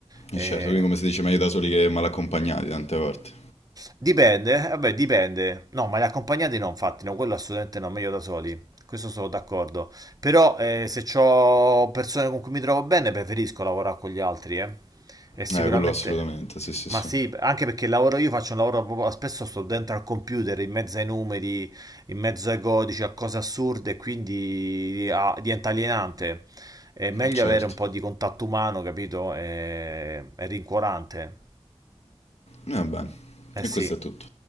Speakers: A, on the right; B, on the left.
A: Eh,
B: E certo, quindi come si dice, meglio da soli che mal accompagnati tante volte.
A: Dipende, eh, vabbè, dipende. No, ma le accompagnate no, infatti, no, quello assolutamente no, meglio da soli. Questo sono d'accordo. Però eh, se ho persone con cui mi trovo bene, preferisco lavorare con gli altri, eh. E sicuramente...
B: Eh, quello assolutamente, sì, sì, sì,
A: Ma sì, anche perché il lavoro io faccio un lavoro proprio, spesso sto dentro al computer, in mezzo ai numeri, in mezzo ai codici, a cose assurde, e quindi ah, diventa alienante. È meglio
B: certo.
A: avere un po' di contatto umano, capito? È, è rincuorante.
B: E va bene,
A: Eh
B: e
A: sì.
B: questo è tutto.